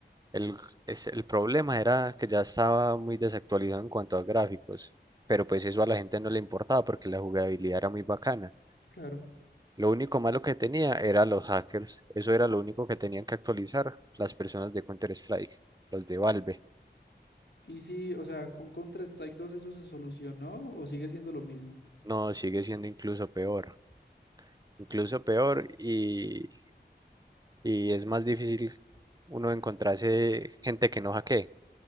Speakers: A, on the right (about 20°); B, on the left (about 70°).
A: El, es- el problema era que ya estaba muy desactualizado en cuanto a gráficos, pero pues eso a la gente no le importaba porque la jugabilidad era muy bacana.
B: Claro.
A: Lo único malo que tenía era los hackers. Eso era lo único que tenían que actualizar las personas de Counter-Strike, los de Valve.
B: Y sí, o sea, con Counter-Strike dos eso se solucionó o sigue siendo lo mismo.
A: No, sigue siendo incluso peor. incluso peor, y, y es más difícil uno encontrarse gente que no hackee